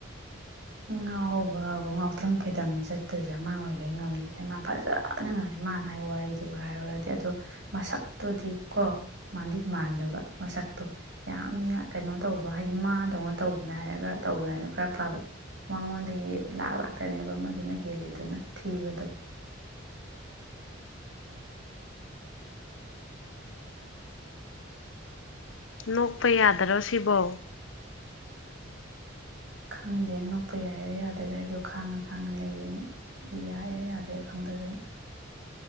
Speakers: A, on the right; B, on the left.
A: ꯉꯥꯎꯕꯕꯨ ꯉꯥꯎꯇ꯭ꯔꯪ ꯐꯩꯗꯪꯅꯤ ꯆꯠꯇꯣꯏꯁꯦ ꯃꯥ ꯑꯣꯏꯕꯩ ꯉꯝꯃꯤꯁꯦ ꯃꯥ ꯐꯖꯅ ꯉꯥꯏꯕ ꯃꯥꯅ ꯍꯥꯏ ꯋꯥꯔꯤꯗꯨꯒ ꯍꯥꯏꯔꯨꯔꯗꯤ ꯑꯗꯣ ꯃꯁꯛꯇꯨꯗꯤ ꯀꯣ ꯃꯥꯟꯗꯤ ꯃꯥꯟꯗꯕ ꯃꯁꯛ ꯛꯇꯣ ꯌꯥꯝꯅ ꯀꯩꯅꯣ ꯇꯧꯕ ꯍꯥꯏꯗꯤ ꯃꯥꯗꯧꯅ ꯇꯧꯕꯅꯦ ꯍꯥꯏꯔꯒ ꯇꯧꯕꯅꯦꯅ ꯈꯔ ꯐꯕ꯫ ꯃꯉꯣꯟꯗꯒꯤ ꯂꯥꯛꯂꯥꯛꯇꯅꯦꯕ ꯃꯗꯨꯅ ꯍꯦꯜꯂꯤꯗꯨꯅ ꯊꯤꯕꯗꯣ꯫ <inaudible>
B: ꯅꯣꯛꯄ ꯌꯥꯗꯔꯣ ꯁꯤꯕꯣ
A: ꯈꯪꯗꯦ ꯅꯣꯛꯄ ꯌꯥꯏꯔ ꯌꯥꯗꯔꯥ ꯑꯩꯁꯨꯣ ꯈꯥꯡꯉ ꯈꯥꯡꯉ ꯂꯩꯔꯤꯅꯤ ꯌꯥꯏꯌꯦ ꯌꯥꯗ꯭ꯔꯦ ꯈꯪꯗꯗꯅ꯫